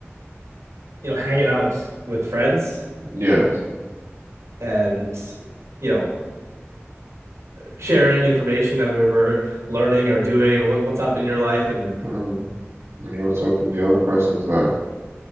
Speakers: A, on the right; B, on the right.
A: you know hanging out with friends
B: Yes.
A: and you know sharing information that we were learning or doing or what, what's up in your life and
B: Mm, And what's up in the other person's life?